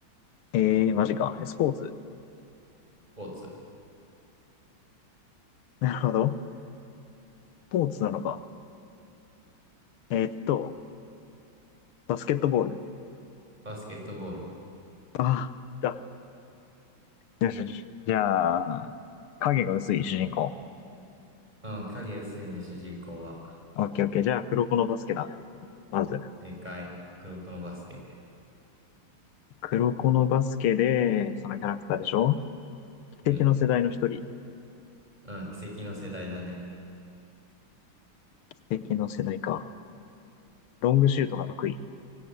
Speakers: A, on the left; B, on the right.
A: えー、マジか。スポーツ。
B: スポーツ。
A: なるほど。スポーツなのか。えっと、バスケットボール。
B: バスケットボール。
A: ああ、だ。よしよし。じゃあ、影が薄い主人公。
B: うん、影薄いね、主人公は。
A: オッケーオッケー。じゃあ、黒子のバスケだ。まず。
B: でかい。黒子のバスケ。
A: 黒子のバスケで、そのキャラクターでしょ
B: うん。
A: 奇跡の世代の一人。
B: うん、奇跡の世代だね。
A: 奇跡の世代か。ロングシュートが得意。